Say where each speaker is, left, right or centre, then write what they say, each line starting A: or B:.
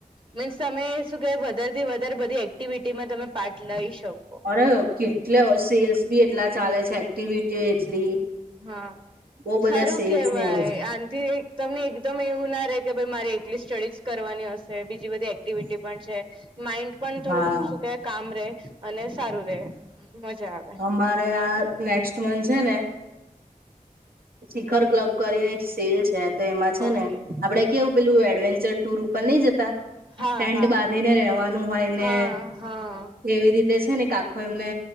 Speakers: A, on the right; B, on the right.
A: મીન્સ તમે શું કે, વધારેથી વધારે બધી એક્ટિવિટીમાં તમે પાર્ટ લઈ શકો.
B: અરે કેટલે સેલ્સ બી એટલા ચાલે છે, એક્ટિવિટીઓ એટલી.
A: હા,
B: બહુ બધા
A: સારું
B: સેલ્સ
A: કેહેવાય,
B: ને એવો છે
A: આથી તમને એકદમ એવું ના રે કે, ભ મારે એ એટલી સ્ટડીજ કરવાની હશે, બીજી બધી એક્ટિવિટી પણ છે, માઇન્ડ પણ
B: હા
A: થોડું શું કે કામ રે અને સારું રે મજા આવે.
B: મારે આ નેક્સ્ટ મંથ છે ને
A: હ.
B: શિખર ક્લબ કરીને એક સેલ છે તો એમાં છે
A: ઓકે
B: ને આપડે કેવું પેલું એડવેન્ચર ટુર ઉપર નઈ જતા.
A: હા
B: ટેન્ટ
A: હા
B: બાંધીને રેવાનું હોય ને
A: હા હા
B: એવી રીતે છે ને કે આખો એમને